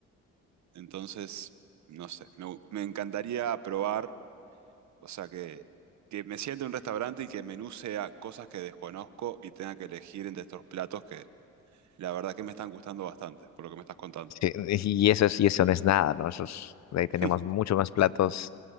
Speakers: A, on the right (about 70°); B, on the left (about 60°).
A: Entonces, no sé, me, me encantaría probar, o sea, que, que me siente en un restaurante y que el menú sea cosas que desconozco y tenga que elegir entre estos platos La verdad que me están gustando bastante, por lo que me estás contando.
B: Sí, y eso es, y eso no es nada, ¿no? Eso es- de ahí tenemos
A: <laughs>
B: muchos más platos